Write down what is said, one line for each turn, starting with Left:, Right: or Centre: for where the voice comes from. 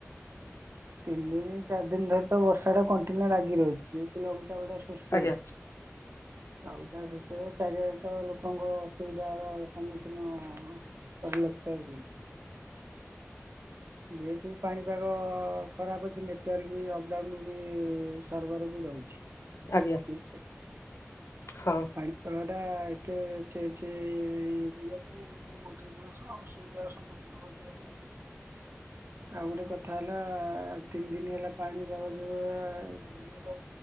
Right: ତିନି ଦିନ ଚାରି ଦିନ ଧରି ତ ବର୍ଷା ଟା କଣ୍ଟିନ୍ୟୁ ଲାଗି ରହିଛି। ଲଘୁଚାପ ସୃଷ୍ଟି
Left: ଆଜ୍ଞା
Right: ହେଇଚି। ଆଉ ଚା ସେ ଚାରିଆଡେ ତ ଲୋକଙ୍କ ସୁବିଧାର ସମ୍ମୁଖୀନ ରହିଲା ସତର ଦିନ। ଯେହେତୁ ପାଣିପାଗ ଖରାପ ଅଛି ନେଟୱାର୍କ ବି ଅପଡ଼ାଉନ ବି ସର୍ଭର୍ ବି ରହୁଛି। <inaudible>
Left: ଆଜ୍ଞା।
Right: ହୁଁ।
Left: ହଁ।
Right: ପାଣିପାଗ ଟା ଏତେ ଚେଞ୍ଜ ହେଇ ହେଇଯାଇଛି ଆଉ। ମୁଁ କହୁଥିଲି ଅସୁବିଧାର ସମ୍ମୁଖୀନ। <unintelligible> ଆଉ ଗୋଟେ କଥା ହେଲା ତିନି ଦିନ ହେଲା ପାଣି ପାାଗ ଯୋଉ ଭଳିଆ